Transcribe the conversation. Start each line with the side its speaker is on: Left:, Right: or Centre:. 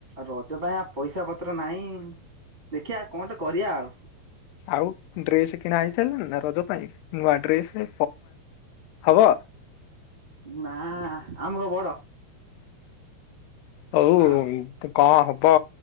Right: ରଜ ପାଇଁ ଆ ପଇସା ପତ୍ର ନାହିଁ ଦେଖିବା କଣଟେ କରିବା ଆଉ
Left: ଆଉ ଡ୍ରେସ କିଣା ହେଇସାରିଲଣି ନା ରଜ ପାଇଁ ନୂଆ ଡ୍ରେସ ହବ
Right: ନା ଆମେକ ବଡ
Left: ହଉ
Right: ଆଉ
Left: କଣ ହବ